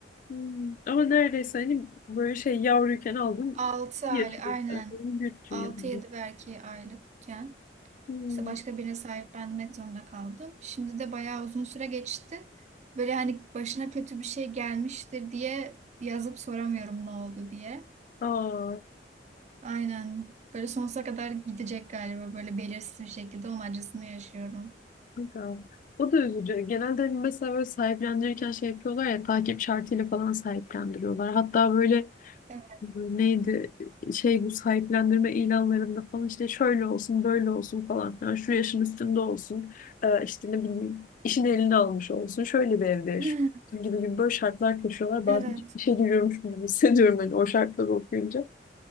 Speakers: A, on the left (about 45°); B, on the right (about 40°).
A: Hmm, Ama neredeyse hani böyle şey yavruyken aldım.
B: Altı
A: Bir
B: aylık aynen.
A: aklımı büyüttü
B: Altı
A: yani.
B: yedi belki aylıkken.
A: Hmm.
B: İşte başka birine sahiplenmek zorunda kaldım. Şimdi de bayağı uzun süre geçti. Böyle hani başına kötü bir şey gelmiştir diye yazıp soramıyorum ne oldu diye.
A: Aa,
B: Aynen. Böyle sonsuza kadar gidecek galiba böyle belirsiz bir şekilde onun acısını yaşıyorum.
A: güzel. O da üzücü. Genelde hani mesela böyle sahiplendirirken şey yapıyorlar ya takip şartıyla falan sahiplendiriyorlar. Hatta böyle
B: Evet.
A: neydi şey bu sahiplendirme ilanlarında falan işte şöyle olsun böyle olsun falan filan şu yaşın üstünde olsun Ee, işte ne bileyim işin eline almış olsun şöyle bir evde yaşıyor
B: <laughs>
A: olsun gibi gibi böyle şartlar koşuyorlar
B: Evet.
A: bazen işe giriyormuş gibi hissediyorum hani o şartları okuyunca